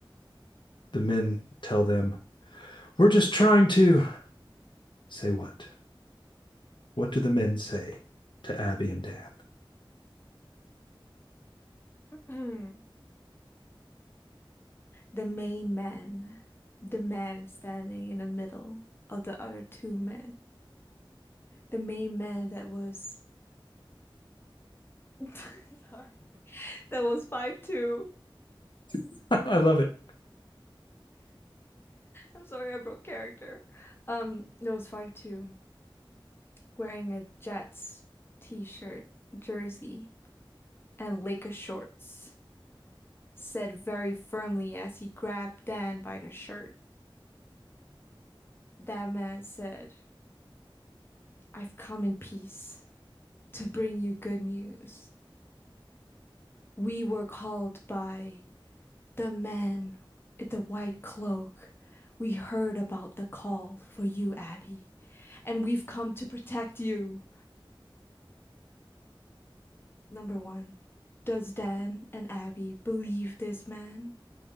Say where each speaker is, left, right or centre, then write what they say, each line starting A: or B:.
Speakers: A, on the left (about 60°); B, on the left (about 25°).
A: The men tell them, We're just trying to say what? What do the men say to Abby and Dan?
B: <clears throat> The main man, the man standing in the middle of the other two men, the main man that was <laughs> sorry, that was five two.
A: <laughs> I love it.
B: I'm sorry, I broke character. Um, that was five two, wearing a Jets t-shirt, jersey, and Laker shorts, said very firmly as he grabbed Dan by the shirt. That man said, I've come in peace to bring you good news. We were called by The man in the white cloak. We heard about the call for you, Abby, and we've come to protect you. Number one, does Dan and Abby believe this man?